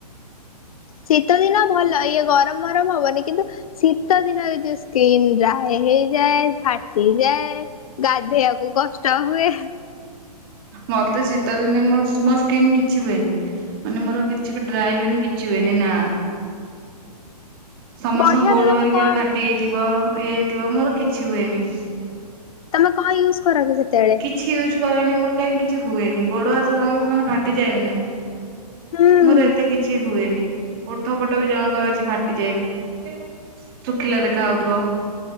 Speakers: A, on the left (about 60°); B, on the right (about 35°).
A: ଶୀତ ଦିନ ଭଲ ଇଏ ଗରମ୍ ମରମ୍ ହବନି କିନ୍ତୁ ଶୀତ ଦିନରେ ଯୋଉ ସ୍କିନ୍ ଡ୍ରାଏ ହେଇଯାଏ ଫାଟିଯାଏ ଗାଧୋଇଆକୁ କଷ୍ଟ ହୁଏ।
B: ମତେ ଶୀତ ଦିନେ ମୋ-ମୋ ସ୍କିନ୍ କିଛି ହୁଏନି, ମାନେ ମୋର କିଛି ବି ଡ୍ରାଏ ହୁଏନି କିଛି ହୁଏନି ନା। ସମସ୍ତଙ୍କ
A: ବଢିଆ
B: ଗୋଡ
A: ତ ତମେ
B: ହେରିକା
A: କଣ
B: ଫାଟି ହେଇଥିବ ଇଏ ହେଇଥିବ ମୋର କିଛି ହୁଏନି।
A: ତମେ କଣ ୟୁଜ୍ କର କି ସେତେବେଳେ?
B: କିଛି ୟୁଜ୍ କରେନି ମୋର କାହିଁ କିଛି ହୁଏନି, ଗୋଡ ହାତ <unintelligible> ଫାଟିଯାଏନି ନା।
A: ହୁଁ
B: ମୋର ଏତେ କିଛି ହୁଏନି। ଓଠ ପୋଠ ବି ଜଣଙ୍କ ବି ଫାଟିଯାଏ ଶୁଖିଲା ଦେଖା ହଉଥିବ।